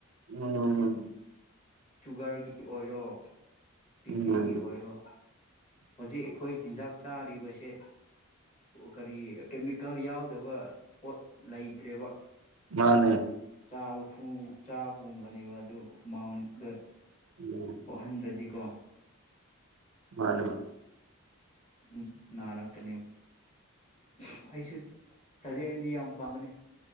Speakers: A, on the right; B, on the left.
A: ꯎꯝ꯫
B: ꯁꯨꯒꯔꯒꯤ ꯑꯣꯏꯔꯣ ꯕꯤꯄꯤꯒꯤ
A: ꯎꯝ
B: ꯑꯣꯏꯔꯣ ꯍꯧꯖꯤꯛ ꯑꯩꯈꯣꯏ ꯆꯤꯟꯖꯥꯛ ꯆꯥꯔꯤꯕꯁꯦ ꯑꯣ ꯀꯔꯤ ꯀꯦꯃꯤꯀꯦꯜ ꯌꯥꯎꯗꯕ ꯄꯣꯠ ꯂꯩꯇ꯭ꯔꯦꯕ꯫
A: ꯃꯥꯅꯦ ꯫
B: ꯆꯥꯕ ꯍꯨ ꯆꯥꯕꯒꯨꯝꯕꯅꯦꯕ ꯑꯗꯨ ꯍꯨꯃꯥꯡꯗ
A: ꯎꯝ
B: ꯊꯣꯛ ꯍꯟꯗ꯭ꯔꯗꯤ ꯀꯣ
A: ꯃꯥꯅꯦ ꯃꯥꯅꯤ꯫
B: ꯎ ꯅꯔꯥꯀꯅꯤ <unintelligible> ꯑꯩꯁꯨ ꯆꯒꯦꯝꯗꯤ ꯌꯥꯝ ꯄꯥꯝꯕꯅꯤ꯫